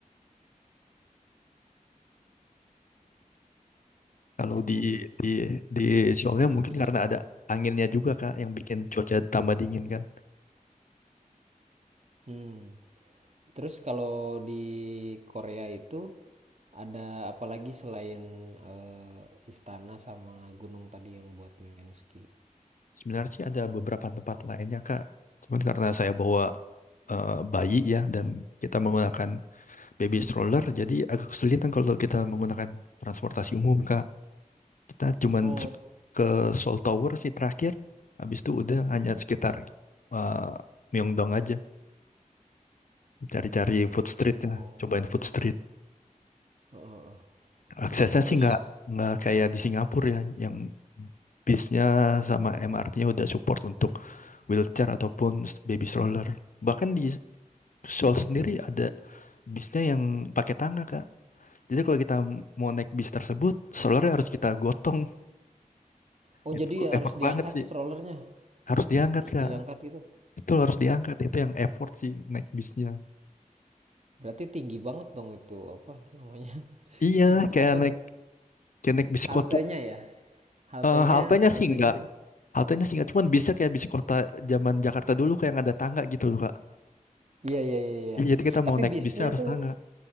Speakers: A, on the left; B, on the right.
A: Kalau di
B: tinggi
A: di di Sholnya
B: karena
A: mungkin
B: tinggi.
A: karena ada anginnya juga Kak yang bikin cuaca tambah dingin kan.
B: Hmm. Terus kalau di Korea itu ada apalagi selain eh, istana sama gunung tadi yang buat main ski?
A: Sebenarnya sih ada beberapa tempat lainnya Kak. Cuman karena saya bawa eh, bayi ya dan kita menggunakan baby stroller jadi agak kesulitan kalau kita menggunakan transportasi umum Kak. Kita cuman
B: Oh
A: se-
B: t-
A: ke Seoul Tower sih terakhir. Habis itu udah hanya sekitar eh, Myeongdong aja. Cari-cari food street
B: oh,
A: lah. Cobain food street.
B: heeh heeh.
A: Aksesnya
B: Terus
A: sih nggak nggak kayak di Singapura ya, yang bisnya sama MRT-nya udah support untuk wheelchair ataupun s- baby stroller. Bahkan di Seoul sendiri ada bisnya yang pakai tangga, Kak. Jadi kalau kita mau naik bis tersebut, strollernya harus kita gotong.
B: oh
A: Itu
B: jadi ya
A: effort
B: harus diangkat
A: banget sih.
B: strollernya,
A: Harus diangkat,
B: Harus
A: Kak.
B: diangkat gitu?
A: Betul harus
B: Oh,
A: diangkat. Itu yang effort sih naik bisnya.
B: berarti tinggi banget dong itu, apa namanya?
A: Iya,
B: <laughs>
A: kayak
B: Apa,
A: naik kayak naik bis
B: haltenya
A: kota
B: ya? Haltenya
A: Eh, Kayak haltenya
B: haltenya
A: gitu sih enggak.
B: tuh
A: biasanya. Haltenya sih enggak, cuman biasa kayak bis kota zaman Jakarta dulu kayak yang ada tangga gitu loh, Kak.
B: iya iya iya iya.
A: Iya, Jadi kita
B: Tapi
A: mau naik
B: bisnya
A: bisnya harus
B: tuh
A: tangga.